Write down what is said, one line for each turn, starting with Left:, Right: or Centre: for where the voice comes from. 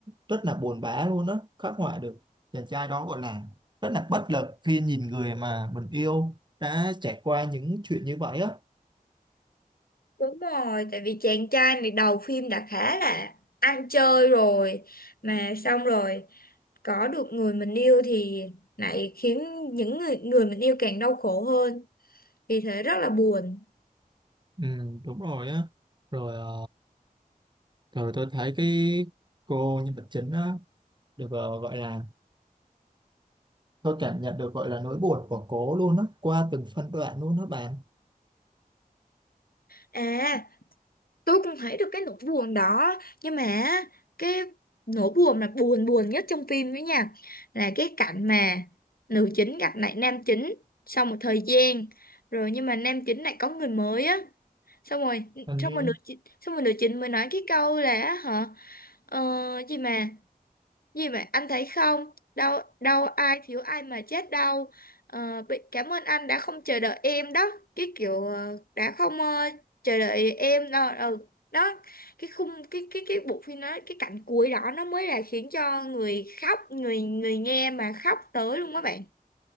Right: rất là buồn bã luôn á khắc họa được chàng trai đó gọi là rất là bất lực khi nhìn người mà mình yêu đã trải qua những chuyện như vậy á
Left: đúng rồi tại vì chàng trai này đầu phim đã khá là ăn chơi rồi mà xong rồi có được người mình yêu thì lại khiến những người người mình yêu càng đau khổ hơn vì thế rất là buồn
Right: ừ, đúng rồi á rồi ờ, rồi tôi thấy cái cô nhân vật chính á được ờ, gọi là tôi cảm nhận được gọi là nỗi buồn của cô luôn á qua từng phân đoạn luôn đó bạn
Left: à tôi cũng thấy được cái nỗi buồn đó nhưng mà cái nỗi buồn là buồn buồn nhất trong phim đấy nha là cái cảnh mà nữ chính gặp lại nam chính sau một thời gian rồi nhưng mà nam chính lại có người mới á xong rồi
Right: hình
Left: xong
Right: như
Left: rồi nữ chính xong rồi nữ chính mới nói cái câu là hả ờ, gì mà gì mà anh thấy không đâu đâu ai thiếu ai mà chết đâu Ờ, bị cảm ơn anh đã không chờ đợi em đó cái kiểu ờ, đã không ờ, chờ đợi em đâu ừ đó cái khung cái cái cái bộ phim đó cái cảnh cuối đó nó mới là khiến cho người khóc người người nghe mà khóc tới luôn các bạn